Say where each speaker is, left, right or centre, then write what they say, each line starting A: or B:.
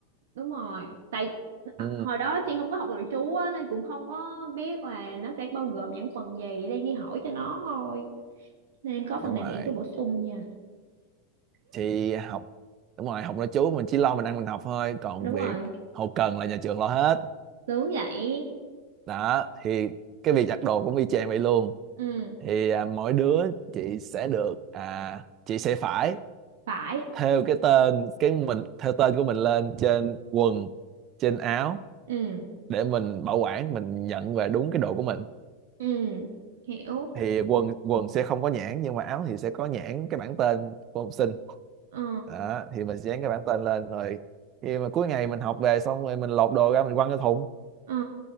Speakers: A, on the right (about 80°); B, on the right (about 30°).
A: đúng rồi. Tại
B: Ừ,
A: hồi đó chị không có học nội trú á, nên cũng không có biết là nó sẽ bao gồm những phần gì. Đang đi hỏi cho nó thôi. Nên em có phần
B: đúng
A: nào
B: rồi
A: thì em cứ bổ sung nha.
B: thì học đúng rồi học nội trú mình chỉ lo mình ăn mình học thôi còn
A: Đúng
B: việc
A: rồi,
B: hậu cần là nhà trường lo hết
A: sướng vậy.
B: đó thì cái việc giặt đồ cũng y chang vậy luôn
A: Ừ,
B: thì à, mỗi đứa chị sẽ được à, chị sẽ phải
A: phải.
B: thêu cái tên cái mình thêu tên của mình lên trên quần trên áo
A: ừ
B: để mình bảo quản mình nhận về đúng cái đồ của mình
A: ừ hiểu
B: thì quần quần sẽ không có nhãn nhưng mà áo thì sẽ có nhãn cái bảng tên của học sinh
A: ờ
B: đó thì mình sẽ dán cái bảng tên lên rồi khi mà cuối ngày mình học về xong rồi mình lột đồ ra mình quăng cái thùng
A: ờ